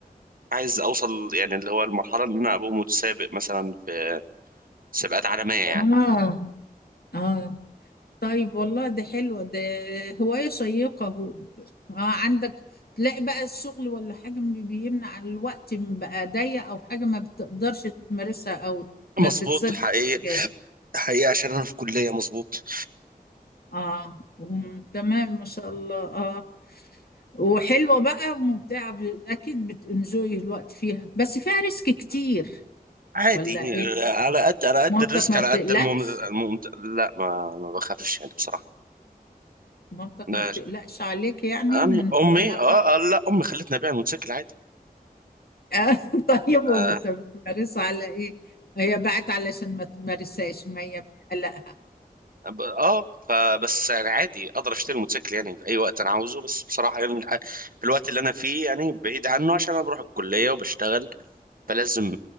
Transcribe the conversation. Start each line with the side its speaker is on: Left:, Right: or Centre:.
Right: وعايز اوصل يعني اللي هو المرحله ان انا ابقى متسابق مثلا في سباقات عالميه يعني
Left: اه اه طيب والله ده حلوة ده هواية شيقة هو آه عندك تلاقي بقى الشغل ولا حاجة بي- بيمنع الوقت بقى ضيق أو حاجة ما بتقدرش تمارسها أو ما
Right: مظبوط
Left: بتصدق
Right: حقيقي
Left: الأجازة
Right: حقيقي عشان انا في كلية مظبوط
Left: اه هم- تمام ما شاء الله اه وحلوة بقى ممتعة ب- أكيد بتنجوي الوقت فيها بس فيها ريسك كتير
Right: عادي
Left: ولا إيه
Right: على قد على قد
Left: مامتك
Right: الريسك
Left: ما
Right: على
Left: بتقلقش
Right: قد المم... المم... لا ما ما بخافش يعني بصراحة
Left: مامتك
Right: لا،
Left: ما بتقلقش عليك يعني
Right: يعني
Left: من
Right: امي
Left: هواية
Right: اه آه، لا امي خلتني ابيع الموتوسيكل عادي
Left: آه، <laughs> طيب وبتمارسها
Right: اه
Left: على ايه؟ هي بقت علشان ما تمارسهاش ما هي بتقلقها
Right: ب- آه، فبس يعني عادي اقدر اشتري موتوسيكل يعني في اي وقت انا عاوزه بس بصراحة يعني الح- في الوقت اللي انا فيه يعني بعيد عنه عشان انا بروح الكلية وبشتغل فلازم